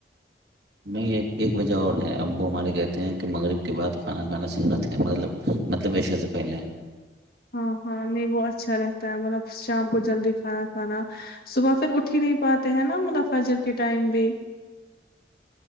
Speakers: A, on the right; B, on the left.
A: نہیں ایک ایک وجہ اور ہے اب وہ ہمارے کہتے ہیں کہ مغرب کے بعد کھانا کھانا سنت ہے مطلب مطلب ایشے سے پہلے
B: ہاں ہاں نہیں وہ اچھا رہتا ہے مطلب شام کو جلدی کھانا کھانا صبح پھر اٹھ اٹ ہی نہیں پاتے ہیں نا منافظر کے ٹائم بھی